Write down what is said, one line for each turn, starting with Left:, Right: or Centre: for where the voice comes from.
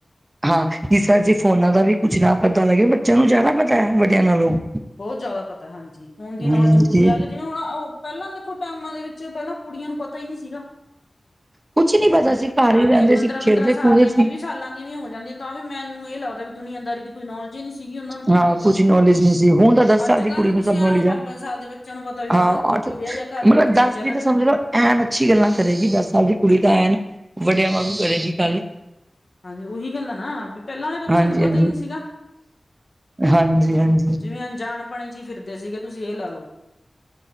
Right: ਹਾਂ ਕਿ ਸਰ ਜੇ ਫੋਨਾਂ ਦਾ ਵੀ ਕੁਛ ਨਾ ਪਤਾ ਲੱਗੇ ਬੱਚਿਆਂ ਨੂੰ ਜ਼ਿਆਦਾ ਪਤਾ ਵੱਡਿਆਂ ਨਾਲੋਂ
Left: ਬਹੁਤ ਜ਼ਿਆਦਾ ਪਤਾ ਹਾਂਜੀ ਫੋਨ ਦੀ ਨੌਲੇਜ
Right: ਹਮ
Left: ਪੂਰੀ
Right: ਕੀ
Left: ਆ ਗਏ ਜੀ ਹੁਣ ਪਹਿਲਾਂ ਦੇਖੋ ਟਾਈਮਾਂ ਦੇ ਵਿੱਚ ਪਹਿਲਾਂ ਕੁੜੀਆਂ ਨੂੰ ਪਤਾ ਹੀ ਨਹੀਂ ਸੀਗਾ
Right: ਕੁਛ ਨੀ ਪਤਾ
Left: ਤੇ
Right: ਸੀ ਘਰ
Left: ਹਾਂਜੀ
Right: ਹੀ ਰਹਿੰਦੇ
Left: ਪੰਦਰਾਂ
Right: ਸੀ
Left: ਪੰਦਰਾਂ
Right: ਖੇਡਦੇ
Left: ਸਾਲ
Right: ਖੂਡਦੇ
Left: ਦੀਆਂ
Right: ਸੀ
Left: ਵੀਹਵ ਛਾਲਾਂ ਦੀਆਂ ਵੀ ਹੋ ਜਾਂਦੀਆਂ ਤਾਂ ਵੀ ਮੈਨੂੰ ਇਹ ਲੱਗਦਾ ਵੀ ਦੁਨੀਆਂਆਦਾਰੀ ਦੀ ਕੋਈ ਨੌਲੇਜ ਹੀ ਨਹੀਂ ਸੀਗੀ ਉਹਨਾਂ ਨੂੰ
Right: ਹਾਂ ਕੁਛ ਨੌਲੇਜ ਨਹੀਂ ਸੀ ਹੁਣ ਦਸ
Left: ਅੱਜ-ਕੱਲ੍ਹ
Right: ਸਾਲ ਦੀ ਕੁੜੀ
Left: ਤਾਂ
Right: ਨੂੰ
Left: ਤੁਸੀਂ
Right: ਸਭ
Left: ਐ
Right: ਨੌਲਜ
Left: ਲਾ ਲਓ ਪੰਜ-ਪੰਜ
Right: ਹੈ
Left: ਸਾਲ ਦੇ ਬੱਚਿਆਂ ਨੂੰ ਪਤਾ ਵੀ
Right: ਹਾਂ
Left: ਬਾਹਰ ਹੋ
Right: ਅੱਠ
Left: ਕੀ ਰਿਹਾ ਜਾਂ ਘਰ ਦੇ
Right: ਮਤਲਬ
Left: ਵਿੱਚ
Right: ਦਸ
Left: ਕੀ ਚੱਲ
Right: ਦੀ ਤਾਂ
Left: ਰਿਹਾ।
Right: ਸਮਝ ਲ ਐਨ ਅੱਛੀ ਗੱਲਾਂ ਕਰੇਗੀ, ਦਸ ਸਾਲ ਦੀ ਕੁੜੀ ਤਾਂ ਐਨ ਵੱਡਿਆਂ ਵਾਂਗੂ ਕਰੇਗੀ ਗੱਲ
Left: ਹਾਂਜੀ ਉਹੀ ਗੱਲ ਐ ਨਾ ਪਹਿਲਾਂ ਵਾਲ ਦੇ ਬੱਚਿਆਂ
Right: ਹਾਂਜੀ
Left: ਤੋਂ ਪਤਾ
Right: ਹਾਂਜੀ
Left: ਹੀ ਨਹੀਂ ਸੀਗਾ,
Right: ਹਾਂਜੀ ਹਾਂਜੀ
Left: ਜਿਵੇਂ ਅਣਜਾਣ ਆਪਣੇ ਚ ਹੀ ਫਿਰਦੇ ਸੀਗੇ ਤੁਸੀਂ ਇਹ ਲਾ ਲੋ।